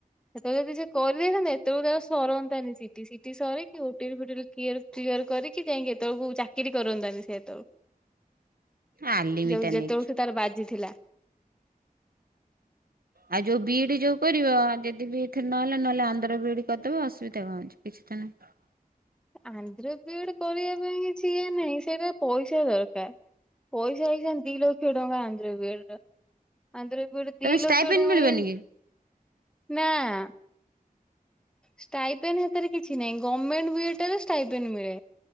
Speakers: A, in the centre; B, on the right.
A: ସେତେବେଳେ ଯଦି ସେ କରିଦେଇଥାନ୍ତା ଏତେବେଳକୁ ତାର ସରନ୍ତାଣି ସିଟି ସିଟି ସରିକି ଓଟିଟି ଫୋଟିଟି କିୟର କ୍ଲିୟର୍ କରିକି ଯାଇକି ଏତେବେଳକୁ ଚାକିରି କରନ୍ତାନି ସେତେବେକୁ
B: ଆଲିମିଟା
A: ଯୋଉ ଯେତେବେଳକୁ
B: ନେଇକି
A: ତାର ବାଜ ଜିଥିଲା
B: ଆଉ ଯୋଉ ବିଇଡି ଯୋଉ କରିବ ଯଦି ବି ଏଥିରେ ନହେଲା ନହେଲେ ଆନ୍ଧ୍ର ବିଇଡି କରିଦବ ଅସୁବିଧା କଣ ଅଛି କିଛି ତ ନାହିଁ।
A: ଆନ୍ଧ୍ର ବିଏଡ କରିବା ପାଇଁ କିଛି ଇଏ ନାହିଁ ସେଇଟା ପଇସା ଦରକାର ପଇସା ହେଇଛନ୍ତି ଦି ଲକ୍ଷ ଟଙ୍କା ଆନ୍ଧ୍ର ବିଏଡ ର। ଆନ୍ଧ୍ର ବିଇଡ
B: ତମେ
A: ଦି
B: ଷ୍ଟାଇପେନ୍
A: ଲକ୍ଷ ଟଙ୍କା
B: ମିଳିବନି
A: ଏଇ
B: କି?
A: ନାଁ। ଷ୍ଟାଇପେନ୍ ହାତରେ କିଛି ନାହିଁ ଗଭମେଣ୍ଟ ବିଏଡ଼ଠାରେ ଷ୍ଟାଇପେନ୍ ମିଳେ